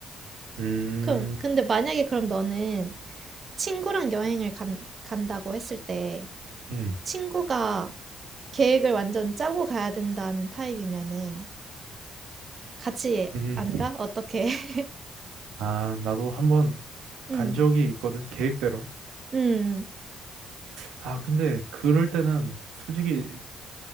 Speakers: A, on the right (about 85°); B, on the right (about 40°).
A: 음,
B: 그럼, 근데 만약에 그럼 너는 친구랑 여행을 간, 간다고 했을 때,
A: 음,
B: 친구가 계획을 완전 짜고 가야 된다는 타입이면은, 같이
A: 음.
B: 안 가? 어떻게? <laughs>
A: 아, 나도 한번
B: 응,
A: 간 적이 있거든, 계획대로.
B: 응,
A: 아, 근데 그럴 때는 솔직히